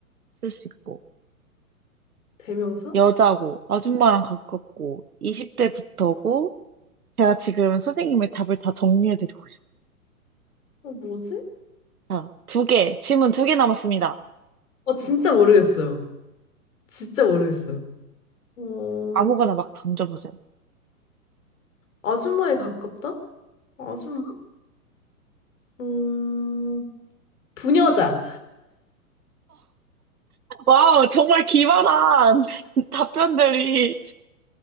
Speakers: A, on the right; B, on the left.
A: 쓸 수 있고,
B: 대명사?
A: 여자고, 아줌마랑 가깝고, 20대부터고, 제가 지금 선생님의 답을 다 정리해드리고 있어요.
B: 어, 뭐지?
A: 자, 두 개, 질문 두 개 남았습니다.
B: 어, 진짜 모르겠어요. 진짜 모르겠어요. 어,
A: 아무거나 막 던져보세요.
B: 아줌마에 가깝다? 아줌마? 음, 부녀자.
A: 와우, 정말 기발한 <laughs> 답변들이